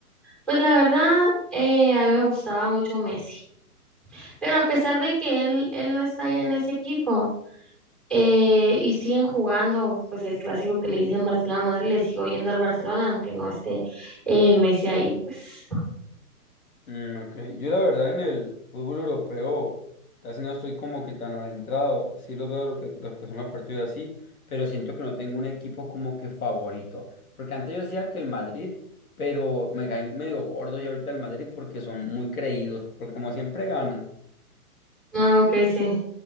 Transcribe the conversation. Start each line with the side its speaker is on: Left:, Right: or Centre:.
Centre: pues la verdad, eh, a mí me gustaba mucho Messi. Pero a pesar de que él, él no está ya en ese equipo, Eh, y siguen jugando, pues el clásico que le dicen Barcelona-Madrid, le sigo yendo al Barcelona, aunque no esté eh, Messi ahí, pues.
Left: Mm, ok, yo la verdad en el fútbol europeo casi no estoy como que tan adentrado, sí los veo lo que, los que son los partidos así, pero siento que no tengo un equipo como que favorito, porque antes yo decía que el Madrid, pero me caen medio gordos y ahorita el Madrid porque son muy creídos, porque como siempre ganan.
Centre: No, que sí,